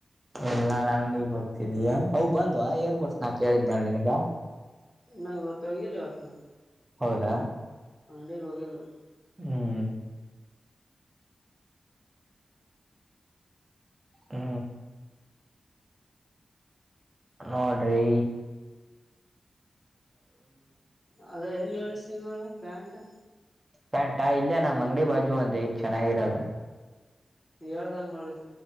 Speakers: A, on the right (about 25°); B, on the left (about 20°).
A: ಎಲ್ಲಾ ಅಂಗಡಿಗೆ ಹೋಗ್ತಿದಯ ಅವು ಬಂದ್ವಾ ಏರ್ಪೋರ್ಟ್ಸ್ ನ ಕೇಳಿದ್ನಲ್ಲ ನೀನಗ
B: ನಾ ಇವತ್ತ ಹೋಗಿಲ್ಲ ಇವತ್ನ ನಾ
A: ಹೌದಾ
B: ಅಂಗಡಿಗ ಹೋಗಿಲ್ಲ.
A: ಹ್ಮ. ಹ್ಮ. ನೋಡ್ರೀ.
B: ಆದ ಎಲ್ಲ ಸಿ ಹೇಳು ಪ್ಯಾಂಟ್
A: ಪ್ಯಾಂಟಾ ಇಲ್ಲೆ ನಮ್ಮ ಅಂಗಡಿ ಬಾಜು ಒಂದ ಐತಿ ಚೆನ್ನಾಗಿರೋದ.
B: ಹೇಳ್ದಂಗ ಒಳಿರ